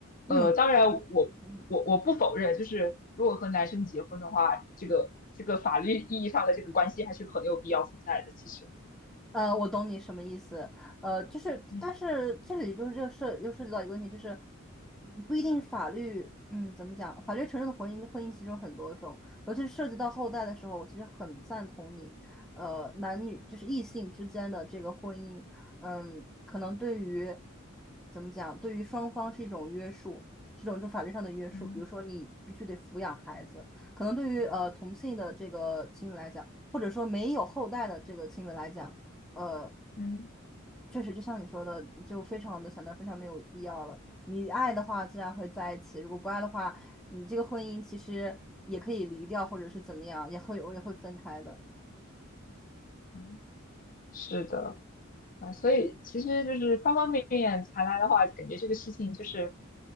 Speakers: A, in the centre; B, on the left (about 40°).
A: 嗯
B: 呃，当然我我我不否认，
A: 嗯。
B: 就是如果和男生结婚的话，这个这个法律意义上的这个关系还是很有必要存在的。其实，
A: 呃，我懂你什么意思。呃，就是，
B: 嗯，
A: 但是这里就是这涉又涉及到一个问题，就是嗯不一定法律，嗯，怎么讲？法律承认的婚姻，婚姻其实有很多种，尤其是涉及到后代的时候，我其实很赞同你。呃，男女就是异性之间的这个婚姻，嗯，可能对于怎么讲，对于双方是一种约束，这种就法律上的约束。
B: 嗯
A: 比如说，你必须得抚养孩子，可能对于呃同性的这个情侣来讲，或者说没有后代的这个情侣来讲。呃，
B: 嗯
A: 确实就像你说的，就非常的想到非常没有必要了。你爱的话，自然会在一起；如果不爱的话，你这个婚姻其实也可以离掉，或者是怎么样，也会我也会分开的。
B: 嗯。是的。啊，所以其实就是方方面面谈来的话，感觉这个事情就是，